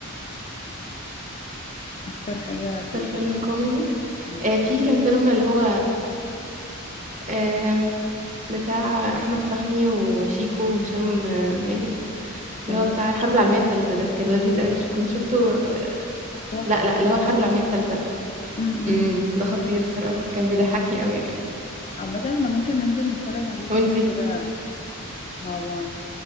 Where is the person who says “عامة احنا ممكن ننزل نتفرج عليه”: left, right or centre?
Left